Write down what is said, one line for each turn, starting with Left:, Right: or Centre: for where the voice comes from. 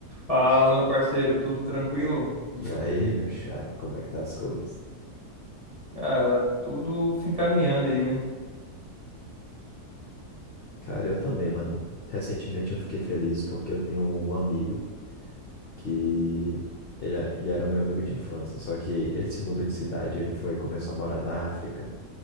Right: Fala, meu parceiro, tudo tranquilo?
Left: E aí, meu chapa, como é que tá as coisas?
Right: Cara, tudo se encaminhando aí, né?
Left: Cara, eu também, mano. Recentemente eu fiquei feliz porque eu tenho um amigo que ele, é, ele era meu amigo de infância, só que ele se mudou de cidade, ele foi começou a morar na África